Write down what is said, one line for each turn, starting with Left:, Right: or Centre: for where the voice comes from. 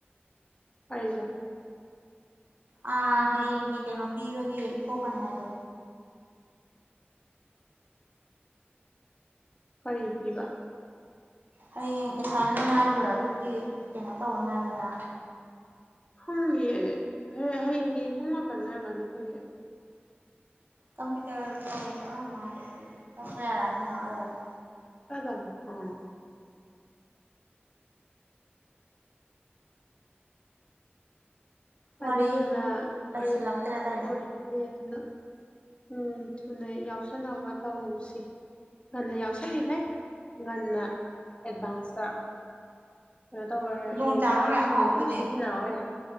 Left: ꯍ ꯆ
Right: ꯑ ꯍ ꯌꯦꯡꯤ ꯀꯦꯅꯣ ꯄꯤꯕꯒꯤ ꯊꯣꯛꯀꯅꯦ ꯑꯗꯣ
Left: ꯐꯔꯤꯒꯤꯕ
Right: ꯍꯌꯦꯡ ꯑꯦꯁꯥꯏꯟꯃꯦꯟ ꯉꯥꯏꯗꯣꯏꯔꯥ ꯑꯗꯨꯒꯤ ꯀꯩꯅꯣ ꯇꯧꯅꯤ ꯍꯥꯏꯗꯅ
Left: ꯁꯨꯡꯒꯤ ꯍꯌꯦꯡꯒꯤ ꯄꯨꯡ ꯃꯥꯄꯟ ꯅꯔꯒꯅꯤ ꯐꯩꯌꯦ
Right: ꯀꯝꯄ꯭ꯌꯨꯇꯔ ꯇꯧꯕ ꯆꯠꯂ ꯅꯨꯡꯉꯥꯏ ꯇ ꯇ ꯌꯥꯔꯅꯤꯉꯔꯣꯏꯔꯥ
Left: ꯗꯥꯝ ꯑꯥ ꯑꯗ
Right: ꯋꯥꯔꯤꯁꯨ ꯂꯩꯁꯤꯜꯂꯛꯇ꯭ꯔꯦ
Left: ꯑꯣꯦꯅ
Right: ꯇꯧꯔꯤꯁꯦ
Left: ꯎꯝ ꯊꯨꯅ ꯌꯥꯎꯁꯟꯅꯕ ꯇꯧꯁꯤ ꯉꯟꯅ ꯌꯥꯎꯁꯜꯂꯤꯈꯩ ꯉꯟꯅ ꯑꯦꯗꯚꯥꯟꯁꯇ ꯀꯩꯅꯣ ꯇꯧꯕ ꯌꯥꯔ
Right: ꯈꯨꯗꯣꯡꯆꯥꯥꯕ
Left: ꯍꯌꯦꯡ ꯃꯆꯥꯅꯁꯨ
Right: ꯃꯌꯥꯝ ꯐꯪꯍꯧꯗꯣꯏꯅꯦ
Left: ꯑꯗꯨꯝ ꯁꯤꯖꯤꯟꯅꯧ ꯌꯥꯔꯦ